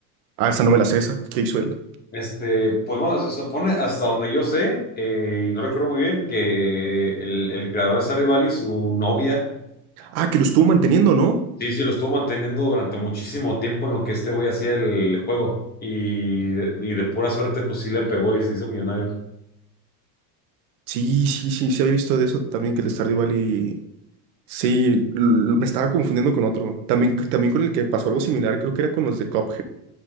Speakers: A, on the right (about 60°); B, on the left (about 20°).
A: Ah, esa no me la sé, esa. ¿Qué hizo él?
B: Este, pues bueno, se supone hasta donde yo sé, eh, y no recuerdo muy bien, que el, el creador de Stardew Valley, su novia,
A: Ah, que lo estuvo manteniendo, ¿no?
B: sí, sí, lo estuvo manteniendo durante muchísimo tiempo en lo que este güey hacía el juego. Y de, y de pura suerte, pues sí le pegó y se hizo millonario.
A: Sí, sí, sí, se había visto de eso también, que el Stardew Valley... Sí, l- me estaba confundiendo con otro. También, también con el que pasó algo similar, creo que era con los de Cuphead.